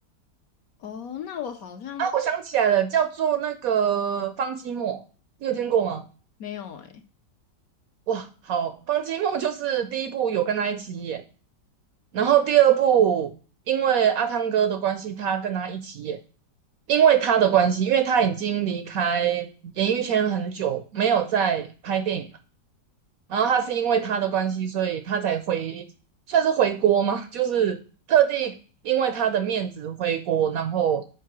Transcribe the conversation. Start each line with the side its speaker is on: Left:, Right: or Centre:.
Left: 哦，那我好像
Right: 啊，我想起来了，叫做那个方季莫，你有听过吗？
Left: 没有诶。
Right: 哇，好，方季莫就是第一部有跟他一起演，然后第二部因为阿汤哥的关系，他跟他一起演，因为他的关系，因为他已经离开演艺圈很久，没有再拍电影。然后他是因为他的关系，所以他才回，算是回国吗？<laughs> 就是特地因为他的面子回国，然后